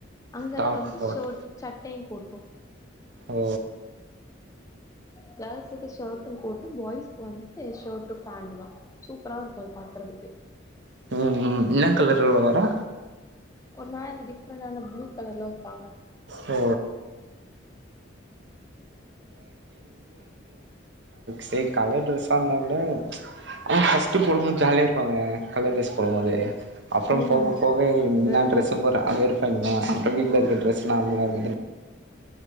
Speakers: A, on the left (about 15°); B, on the right (about 65°).
A: அங்கெல்லா
B: டாப்
A: வந்து
B: போட்
A: ஷோட் சட்டையு கோட்டு
B: ஓ
A: கேர்ள்ஸுக்கு ஷர்ட்டு கோட்டு பாய்ஸ்க்கு வந்து ஷர்ட்டு பேண்டு தா சூப்பரா இருக்கு அத பாக்கறதுக்கு
B: ம் ம் என்ன கலர்ல வரு
A: ஒரு மாரி டிஃப்ரெண்டான ப்ளூ கலர்ல வெப்பாங்க
B: ஓ செரி கலர் ட்ரெஸ்ஸா இருந்தாகூட ஆ ஃபஸ்ட்டு போடும்போ ஜாலியா இருப்பாங்க கலர் டிரஸ் போடும்மோது அப்புறோ
A: ம்
B: போக போக என்ன
A: வெறுப்பாயிரு
B: டிரெஸ் போற வெறுஃமா அப்புறோ வீட்டுல இருக்க டிரெஸ் நார்மலா இருக்க